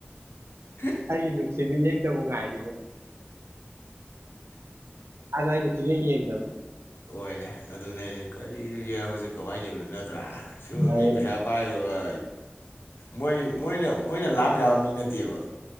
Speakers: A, on the left; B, on the right.
A: ꯎꯝ
B: ꯑꯩꯒꯤ ꯅꯨꯡꯁꯤꯕꯤꯅꯦ ꯑꯩꯇꯕꯨ ꯉꯥꯏꯔꯤꯕ ꯑꯗꯣ ꯑꯩꯅ ꯁꯨꯛꯌꯦꯡ ꯌꯦꯡꯗꯕ꯫
A: ꯍꯣꯏꯅꯦ ꯑꯗꯨꯅꯦ <unintelligible> ꯀꯔꯤꯅꯣ ꯌꯥꯏ ꯍꯧꯖꯤꯛ ꯀꯃꯥꯏꯅ ꯌꯦꯡꯗꯣꯏ ꯅꯠꯇ꯭ꯔꯣ? <unintelligible> ꯁꯨ
B: ꯑꯗꯩ
A: ꯃꯤ ꯄꯩꯁꯥ ꯄꯥꯏꯕꯒ ꯃꯣꯏ ꯃꯣꯏꯅ ꯃꯣꯏꯅ ꯂꯥꯝ ꯌꯥꯕ ꯃꯤ ꯅꯠꯇꯦꯕ꯫